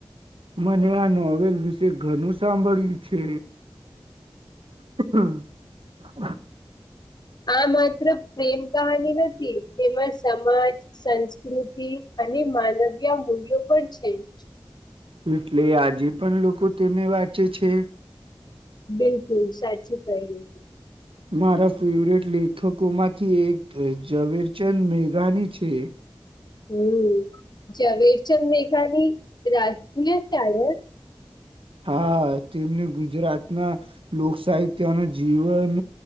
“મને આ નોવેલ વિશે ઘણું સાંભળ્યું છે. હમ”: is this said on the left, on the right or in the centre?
Right